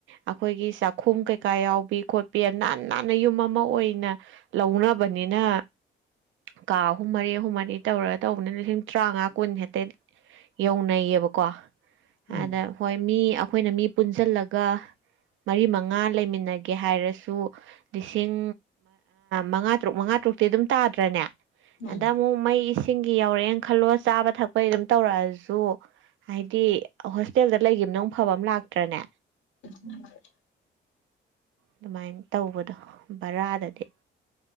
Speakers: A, on the right (about 75°); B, on the left (about 75°).
A: ꯑꯩꯈꯣꯏꯒꯤ ꯆꯥꯛꯈꯨꯝ ꯀꯩꯀꯥ ꯌꯥꯎꯕꯤ ꯈꯣꯠꯄꯤ ꯅꯥꯥꯟ ꯅꯥꯟꯅ ꯌꯨꯝ ꯑꯃ ꯑꯣꯏꯅ ꯂꯧꯅꯕꯅꯤꯅ ꯀꯥ ꯑꯍꯨꯝ ꯃꯔꯤ ꯑꯍꯨꯝ ꯃꯔꯤ ꯇꯧꯔꯒ ꯇꯧꯕꯅꯤ ꯂꯤꯁꯤꯡ ꯇꯔꯥꯡꯉꯥ ꯀꯨꯟ ꯍꯦꯛꯇ ꯌꯧꯅꯩꯌꯦꯕꯀꯣ
B: ꯎꯝ ꯎꯝ
A: ꯑꯗ ꯍꯣꯏ ꯃꯤ ꯑꯩꯈꯣꯏꯅ ꯃꯤ ꯄꯨꯟꯖꯜꯂꯒ ꯃꯔꯤ ꯃꯉꯥ ꯂꯩꯃꯤꯟꯅꯒꯦ ꯍꯥꯏꯔꯁꯨ ꯂꯤꯁꯤꯡ ꯃꯉꯥ ꯇꯔꯨꯛ ꯃꯉꯥ ꯇꯔꯨꯛꯇꯤ ꯑꯗꯨꯝ ꯇꯥꯗ꯭ꯔꯅꯦ
B: ꯃꯥꯅꯤ
A: ꯑꯗꯃꯨꯛ ꯃꯩ ꯏꯁꯤꯡꯒꯤ ꯌꯧꯔꯛꯑꯦꯅ ꯈꯜꯂꯣ ꯆꯥꯕ ꯊꯛꯄꯒꯤ ꯑꯗꯨꯝ ꯇꯧꯔꯛꯑꯁꯨ ꯍꯥꯏꯗꯤ ꯍꯣꯁꯇꯦꯜꯗ ꯂꯩꯈꯤꯕꯅ ꯑꯃꯨꯛ ꯐꯕ ꯑꯃ ꯂꯥꯛꯇ꯭ꯔꯅꯦ
B: ꯎꯝ <inaudible>
A: ꯑꯗꯨꯃꯥꯏ ꯇꯧꯕꯗꯣ ꯕꯔꯥꯗꯗꯤ